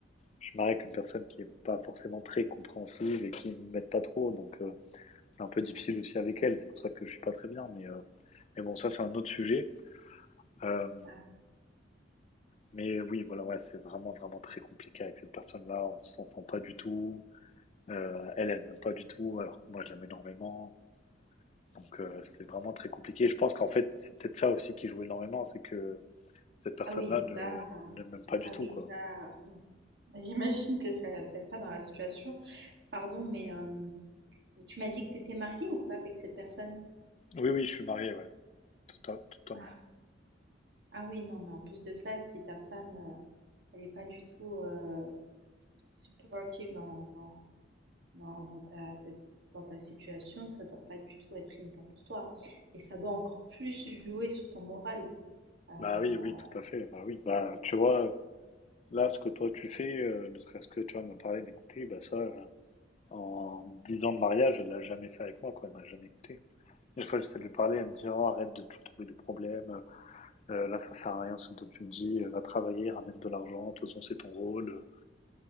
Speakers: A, on the left (about 35°); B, on the right (about 60°).
A: je suis marié avec une personne qui est pas forcément très compréhensive et qui m'aide pas trop, donc euh, c'est un peu difficile aussi avec elle, c'est pour ça que je suis pas très bien, mais, euh, mais bon, ça c'est un autre sujet. Euh,
B: Ah,
A: mais oui, voilà, ouais, c'est vraiment, vraiment très compliqué avec cette personne-là, on s'entend pas du tout, euh, elle, elle m'aime pas du tout, alors que moi je l'aime énormément. Donc euh, c'était vraiment très compliqué. Et je pense qu'en fait, c'est peut-être ça aussi qui joue énormément, c'est que cette personne-là
B: ah oui, ça,
A: ne, ne m'aime pas du
B: ah
A: tout,
B: oui,
A: quoi.
B: ça, <laughs> j'imagine que ça, ça aide pas dans la situation. Pardon, mais euh, tu m'as dit que t'étais mariée ou pas avec cette personne?
A: Oui, oui, je suis marié, ouais, tout à, totalement.
B: Ah, ah oui, non, mais en plus de ça, si ta femme, euh, elle est pas du tout euh, supportive dans, dans Non, dans ta, dans ta situation, ça doit pas du tout être évident pour toi. Et ça doit encore plus jouer sur ton moral. Euh, oh
A: Bah oui, oui, tout à fait. Bah oui, bah tu vois, là, ce que toi tu fais, euh, ne serait-ce que tu vas me parler, m'écouter, bah ça, euh, en 10 ans de mariage, elle l'a jamais fait avec moi, quoi. Elle m'a jamais écouté. Une fois, j'essaie de lui parler, elle me dit, oh, arrête de toujours trouver des problèmes. Euh, là, ça sert à rien ce dont tu me dis. Euh, Va travailler, ramène de l'argent. De toute façon, c'est ton rôle.